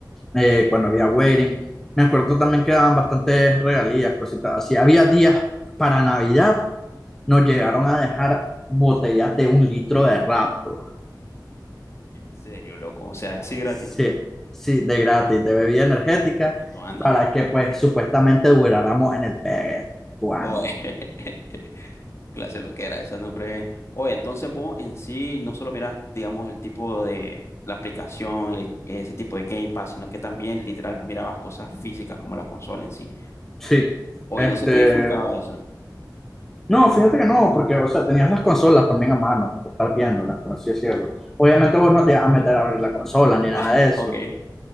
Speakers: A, in the centre; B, on the left (about 40°).
A: eh, cuando había wedding. Me acuerdo también que daban bastantes regalías, cositas así. Había días para Navidad, nos llegaron a dejar botellas de un litro de Raptor.
B: En serio, loco. O sea, así gratis.
A: Sí, sí, de gratis, de bebida energética,
B: Que tu ani.
A: para que pues supuestamente duráramos en el Betuani.
B: Oye, <laughs> clase lo que era esa, no fue. Oye, entonces vos en sí no solo mirás, digamos, el tipo de la aplicación, el- ese tipo de Game Pass, sino que también literal mirabas cosas físicas como la consola en sí.
A: Sí,
B: Oye,
A: este...
B: no se te disfrutaba eso. <laughs>
A: No, fíjate que no, porque, o sea, tenías las consolas también a mano para estar viéndolas, por así decirlo. Obviamente vos no te ibas a meter a abrir la consola ni nada
B: Ah,
A: de eso.
B: ok.